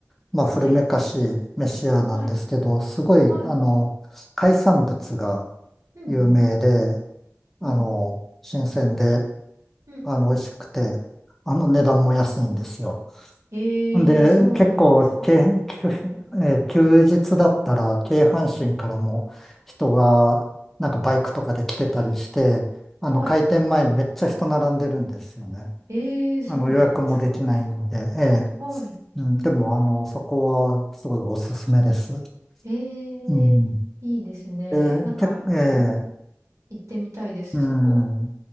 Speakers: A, in the centre; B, on the right.
A: まあ、古めかしい飯屋なんですけど、
B: はい。はい。
A: すごい、
B: はい。
A: あの、海産物が
B: うんうん。
A: 有名で、あの、
B: うん。
A: 新鮮で、
B: うん。
A: あの、美味しくて、あの、値段も安いんですよ。
B: え
A: で、
B: ー、そうなんですか。
A: 結構、け、休えー休日だったら、京阪神からも人が、なんかバイクとかで来てたりして、あの、
B: はい。
A: 開店前にめっちゃ人並んでるんですよね。
B: えー、そうなんですか。
A: あの、予約もできないんで、ええ
B: はい。
A: うん、でも、あの、そこはすごいおすすめです。
B: え
A: うん。
B: ー、いいですね。
A: で、
B: なんか、
A: け、え
B: と、
A: え
B: 行ってみたいです、
A: うん。
B: そこ。